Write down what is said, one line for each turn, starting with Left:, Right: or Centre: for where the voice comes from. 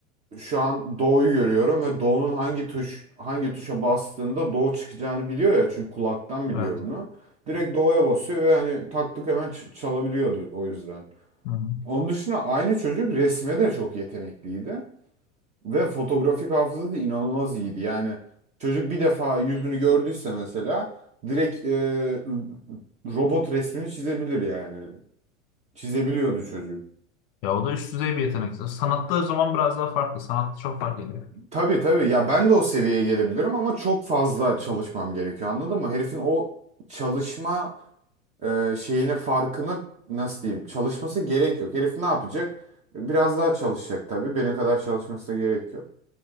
Right: şu an doğuyu görüyorum ve doğunun hangi tuş hangi tuşa bastığında doğu çıkacağını biliyor ya çünkü kulaktan biliyor
Left: Evet.
Right: bunu. Direkt doğuya basıyor ve hani taktık hemen ç- çalabiliyordu o yüzden.
Left: Hı-hı.
Right: Onun dışında aynı çocuk resme de çok yetenekliydi ve fotografik hafızası da inanılmaz iyiydi. Yani çocuk bir defa yüzünü gördüyse mesela direkt e, robot resmini çizebilir yani. Çizebiliyordu çocuk.
Left: Ya o da üst düzey bir yetenek. Sanatta o zaman biraz daha farklı. Sanatta çok fark ediyor.
Right: Tabii tabii ya ben de o seviyeye gelebilirim ama çok fazla çalışmam gerekiyor anladın mı? Herifin o çalışma e, şeyine farkına nasıl diyeyim çalışması gerek yok. Herif ne yapacak? Biraz daha çalışacak tabii benim kadar çalışmasına gerek yok.